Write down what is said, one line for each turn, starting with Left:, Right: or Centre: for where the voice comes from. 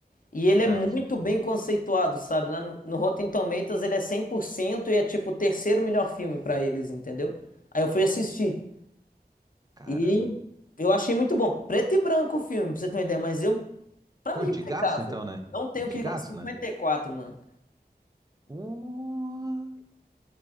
Left: e ele
Right: certo.
Left: é muito bem conceituado, sabe? Lá no, no Rotten Tomatoes ele é 100% e é tipo o terceiro melhor filme pra eles, entendeu? Aí eu fui assistir
Right: Caramba.
Left: e eu achei muito bom. Preto e branco o filme, pra você ter uma ideia, mas eu pra
Right: Pô,
Left: mim
Right: antigaço
Left: é impecável.
Right: então, né?
Left: Não tenho
Right: Antigaço,
Left: o que reclamar. cinquenta
Right: né?
Left: e quatro mano.
Right: Uh.